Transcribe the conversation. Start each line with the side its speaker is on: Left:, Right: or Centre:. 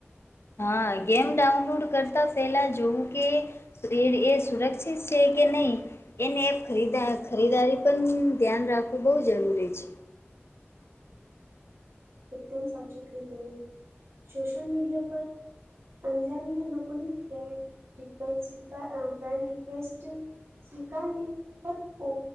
Left: હા ગેમ ડાઉનલોડ કરતા પેહલા જોવું કે શરીર એ સુરક્ષિત છે કે નહીં એને એ ખરીદા ખરીદારી પણ ધ્યાન રાખવું બઉ જરૂરી છે.
Right: એકદમ સાચું કહ્યું તુ એ સોશિયલ મીડિયા પર અંજાન્યા લોકોની ફ્રેન્ડ રિક્વેસ્ટ સ્વીકાર અ ફ્રેન્ડ રિક્વેસ્ટ સ્વીકાર ની ફક્ત ઓ